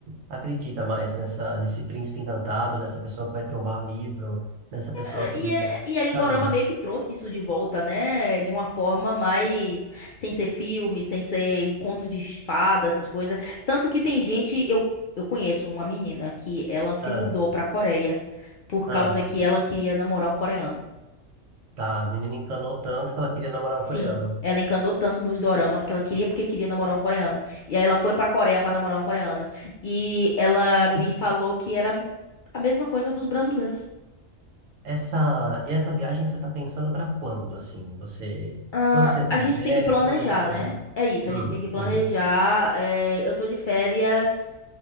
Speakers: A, on the right (about 85°); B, on the left (about 65°).
A: acredita mais nessa, nesse príncipe encantado, nessa pessoa que vai trombar o livro, nessa pessoa
B: É,
A: que,
B: E, é- e aí o
A: sabe?
B: Dorama meio que trouxe isso de volta, né? De uma forma mais sem ser filme, sem ser conto de fada, essas coisas. Tanto que tem gente, eu, eu conheço uma menina que ela se
A: Ah,
B: mudou pra Coreia por
A: ah,
B: causa que ela queria namorar um coreano.
A: tá, a menina encanou tanto que ela queria namorar
B: Sim,
A: um coreano.
B: ela encanou tanto nos doramas que ela queria porque queria namorar um coreano. E aí ela foi pra Coreia pra namorar um coreano. E ela me
A: E
B: falou que era a mesma coisa dos brasileiros.
A: essa, e essa viagem você tá pensando pra quando, assim? Você,
B: Ah,
A: quando você tem
B: a gente
A: férias,
B: tem que planejar,
A: quando a gente pode
B: né?
A: ir?
B: É isso,
A: Hum,
B: a gente tem que
A: sim.
B: planejar. é, eu tô de férias.